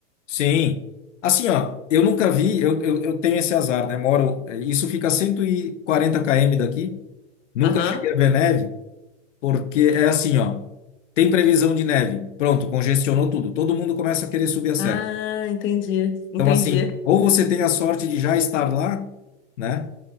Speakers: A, on the left (about 85°); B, on the left (about 35°).
A: Sim. Assim, ó, eu nunca vi, eu, eu, eu tenho esse azar, né? Moro, isso fica a 140 km daqui, nunca
B: Aham.
A: cheguei a ver neve, porque é assim, ó, tem previsão de neve. Pronto, congestionou tudo. Todo mundo começa a querer subir a serra.
B: Ah, entendi, entendi.
A: Então, assim, ou você tem a sorte de já estar lá, né?